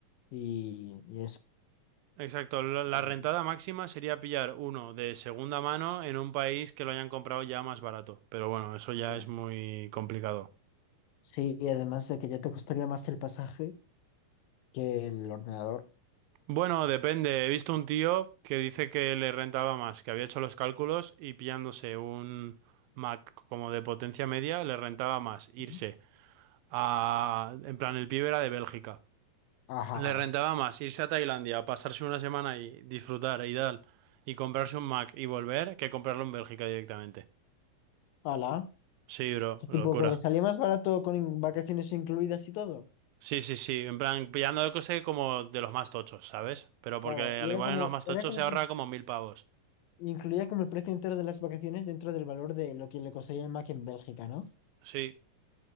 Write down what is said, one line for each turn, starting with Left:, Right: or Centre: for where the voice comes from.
Left: y, y eso
Right: Exacto, la
Left: es...
Right: la
Left: <laughs>
Right: rentada
Left: lo que
Right: máxima sería pillar uno de segunda mano en un país que lo hayan comprado ya más barato, pero bueno, eso ya
Left: te queda.
Right: es muy complicado.
Left: Sí, y además de que ya te costaría más el pasaje que el ordenador.
Right: Bueno, depende. He visto un tío que dice que le rentaba más, que había hecho los cálculos y pillándose un Mac como de potencia media, le rentaba más irse
Left: Ujú.
Right: a... En plan, el pibe era de Bélgica.
Left: Ajá.
Right: Le rentaba más irse a Tailandia, pasarse una semana y disfrutar y tal, y comprarse un Mac y volver, que comprarlo en Bélgica directamente.
Left: Hola.
Right: Sí, bro,
Left: Qué tipo
Right: locura.
Left: que le salía más barato con in- vacaciones incluidas y todo.
Right: Sí, sí, sí, en plan, pillando cosas como de los más tochos, ¿sabes? Pero porque
Left: Claro, y
Right: al
Left: era
Right: igual
Left: como,
Right: en los más tochos
Left: era como
Right: se ahorra como mil pavos.
Left: Incluía como el precio entero de las vacaciones dentro del valor de lo que le costaría el Mac en Bélgica, ¿no?
Right: Sí,